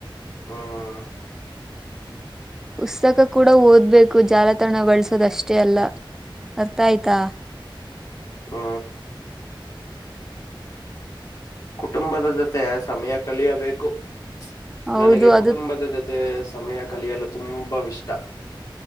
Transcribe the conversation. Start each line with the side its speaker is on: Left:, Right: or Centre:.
Left: ಹ್ಮ್.
Centre: ಪುಸ್ತಕ ಕೂಡ ಓದಬೇಕು ಜಾಲತಾಣ ಬಳಸೋದ ಅಷ್ಟೇ ಅಲ್ಲ ಅರ್ಥ ಆಯ್ತಾ.
Left: ಹೂ ಹ. ಕುಟುಂಬದ ಜೊತೆ ಸಮಯ ಕಲಿಯಬೇಕು <inaudible>
Centre: ಹೌದು
Left: ನನಗೆ
Centre: ಅದು
Left: ಕುಟುಂಬದ ಜೊತೆ ಮತ್ತೆ ಸಮಯ ಕಲಿಯಲು ತುಂಬಾ ವಿಷ್ಟಾ. <inaudible>